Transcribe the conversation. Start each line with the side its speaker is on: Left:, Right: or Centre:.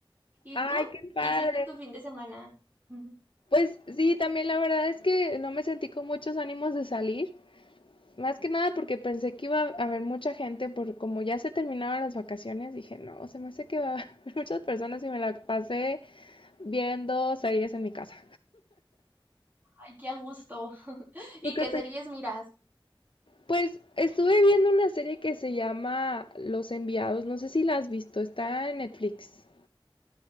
Right: ¿Y
Left: Ay,
Right: tú?
Left: qué padre.
Right: ¿Qué hiciste en tu fin de semana? <laughs>
Left: Pues sí, también la verdad es que no me sentí con muchos ánimos de salir. Más que nada porque pensé que iba a haber mucha gente, por como ya se terminaron las vacaciones, dije, no, se me hace que va a haber <laughs> muchas personas y me la pasé viendo series en mi casa.
Right: Ay, qué a gusto. <laughs> ¿Y
Left: ¿Tú qué
Right: qué
Left: pe-
Right: series miras?
Left: Pues estuve viendo una serie que se llama Los Enviados, no sé si la has visto, está en Netflix.